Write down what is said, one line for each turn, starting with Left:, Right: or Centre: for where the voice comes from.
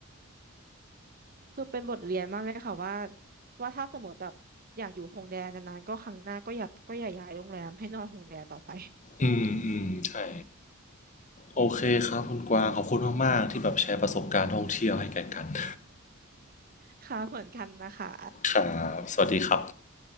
Right: คือเป็นบทเรียนมากเลยค่ะว่าว่าถ้าสมมติแบบอยากอยู่โฮงแดนนานๆก็ครั้งหน้าก็อย่าก็อย่าย้ายโรงแรมให้นอนโฮงแดนต่อไป
Left: อืมอืมใช่โอเคครับคุณกวางขอบคุณมากๆที่แบบแชร์ประสบการณ์ท่องเที่ยวให้แก่กัน <laughs>
Right: <laughs> ค่ะเหมือนกันนะคะ
Left: ครับสวัสดีครับ